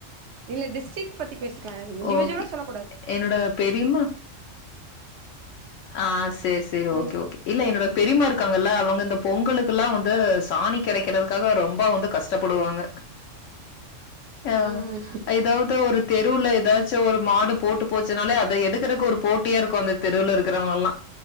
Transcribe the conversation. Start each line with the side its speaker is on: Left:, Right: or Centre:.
Right: இல்ல டிஸ்ட்ரிக் பத்தி பேசிக்கலா இண்டிவிஜுவலா
Left: ஓகே.
Right: சொல்ல கூடாது
Left: என்னோட பெரிம்மா ஆ சேரி சேரி
Right: ம்
Left: ஓகே ஓகே இல்ல என்னோட பெரிம்மா இருக்காங்கல்ல அவங்க இந்த பொங்கலுக்கெல்லா வந்து சாணி கெடைக்கிறதுக்காக ரொம்ப வந்து கஷ்டப்படுவாங்க
Right: ம்
Left: அ எதாவது ஒரு தெருவுல எதாச்சு ஒரு மாடு போட்டு போச்சினாலே அத எடுக்கறக்கு ஒரு போட்டியா இருக்கு அந்த தெருவுல இரு க்கறவங்கல்லா